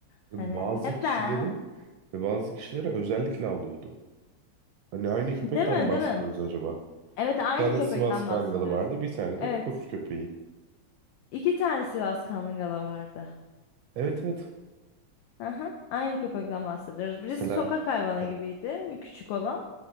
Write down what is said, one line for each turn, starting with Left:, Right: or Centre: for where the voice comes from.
Right: Ve
Left: Hani
Right: Bazı
Left: neden?
Right: kişileri ve bazı kişilere özellikle havlıyordu. Hani aynı köpekten
Left: Değil mi?
Right: mi bahsediyoruz
Left: Değil mi?
Right: acaba?
Left: Evet aynı
Right: Bir tane
Left: köpekten
Right: Sivas Kangalı
Left: bahsediyoruz.
Right: vardı. Bir tane de
Left: Evet.
Right: kurt köpeği.
Left: iki tane Sivas Kangalı vardı.
Right: Evet evet.
Left: Aha, aynı köpekten bahsediyoruz.
Right: Mesela
Left: Birisi sokak hayvanı
Right: Hı
Left: gibiydi, küçük olan.